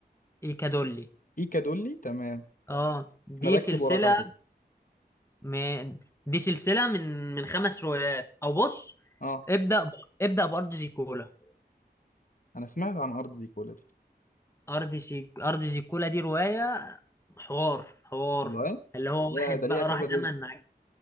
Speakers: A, on the left (about 15°); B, on the left (about 50°).
A: ايكادولي
B: ايه كادولي تمام
A: اه دي
B: انا بكتب
A: سلسلة
B: وراك على فكره
A: من دي سلسلة من من خمس روايات او بص
B: اه
A: ابدأ ب... ابدأ بأرض زيكولا
B: انا سمعت عن ارض زيكولا دي
A: أرض زي... أرض زيكولا دي رواية حوار حوار
B: والله
A: اللي هو
B: يا
A: واحد
B: ده ليها
A: بقى
B: كذا
A: راح زمن
B: جزء
A: عج...